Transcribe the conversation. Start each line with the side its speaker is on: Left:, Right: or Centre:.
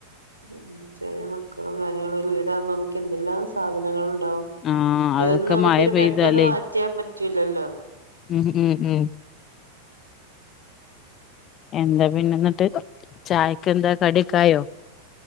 Right: ഉം ചെറിയ മക്കളും കാര്യങ്ങളും ഒരു വീടാകുമ്പോ അമ്മക്ക് എന്തെല്ലാം സാധനങ്ങള് ഇണ്ടാവും
Left: ആഹ്
Right: അതൊന്നും
Left: അതൊക്കെ
Right: നമുക്കരു
Left: മഴ പെയ്താലേ
Right: പെട്ടെന്ന് മാറ്റിയാൻ പറ്റൂലല്ലോ
Left: ഉം ഉം ഉം എന്താ പിന്നെ ഇന്നട്ട് ചായക്ക് എന്താ കടിക്കായോ?